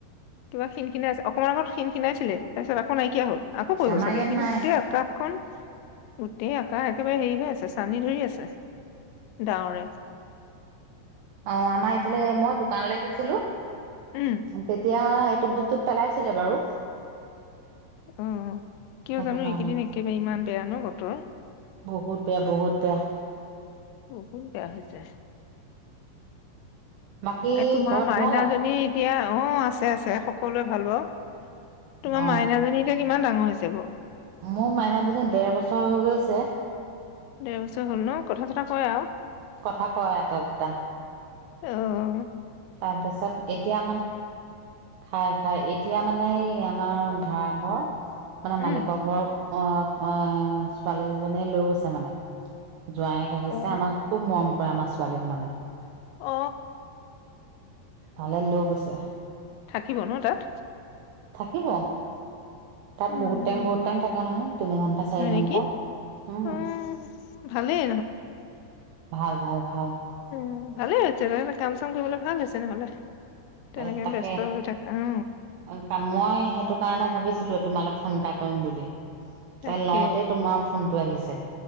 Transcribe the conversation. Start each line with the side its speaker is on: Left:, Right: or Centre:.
Left: কিবা খিন খিনি আছে অকণমান আগত সিনি আছিল তাৰ পিছত আকৌ নাইকিয়া হ'ল। আকৌ পৰিব
Right: আমাৰ
Left: চাগে
Right: ইয়াত
Left: কিন্তু
Right: নাই
Left: গোটেই আকাশখন গোটেই আকা একেবাৰে হেৰি হৈ আছে চানি ধৰি আছে ডাৱৰে।
Right: অ', আমাৰ ইফালে মই দোকানলৈ গৈছিলো।
Left: উম
Right: তেতিয়া নাই এটুপ দুটুপ পেলাইছিলে বাৰু
Left: উম, উম কিয়
Right: সেইটো
Left: জানো,
Right: কাৰণে
Left: এইকেইদিন একেবাৰে ইমান বেয়া ন বতৰ।
Right: বহুত বেয়া, বহুত বেয়া।
Left: বহুত বেয়া হৈছে।
Right: বাকী
Left: এ তোমাৰ
Right: ঘৰত
Left: মাইনাজনী
Right: ভাল আও
Left: এতিয়া অ আছে আছে সকলোৰে ভাল বাৰু। তোমাৰ
Right: অ
Left: মাইনাজনী এতিয়া কিমান ডাঙৰ হৈছে বাৰু?
Right: মোৰ মাইনাজনী দেৰ বছৰ হৈ গৈছে ছে।
Left: দেৰ বছৰ হ'ল ন'? কথা চথা কয় আৱ?
Right: কথা কয় এটা-দুটা।
Left: অহ।
Right: তাৰপিছত এতিয়া মান, খায় খায়, এতিয়া মানে এই আমাৰ ভাড়াঘৰ মানে মালিকৰ
Left: উম
Right: ঘৰ অহ এহ ছোৱালী দুজনীয়ে লৈ গৈছে মানে। জোৱাইয়েক আহিছে,
Left: অ
Right: আমাক খুব মৰম কৰে আমাক ছোৱালীক মানে।
Left: অ
Right: ঘৰলে লৈ গৈছে।
Left: থাকিব ন তাত
Right: থাকিব তাত
Left: উম,
Right: বহুত টাইম বহুত টাইম থাকে নহয়, তিনি ঘন্টা চাৰি
Left: হয়
Right: ঘন্টা
Left: নেকি
Right: উম।
Left: অ ভালেই
Right: ভাল, ভাল, ভাল
Left: উম ভালে হৈছেগৈ কাম-চাম কৰিবলৈ ভাল হৈছে নহ'লে তেনেকে
Right: এ তাকে,
Left: ব্যস্ত হৈ থাকা অ
Right: অ মই সেইটো কাৰণে ভাবিছিলো তোমালে ফোন এটা কৰিম বুলি।
Left: তাকে
Right: তাই লওঁতে তোমাৰ ফোন উঁতোৱালিছে।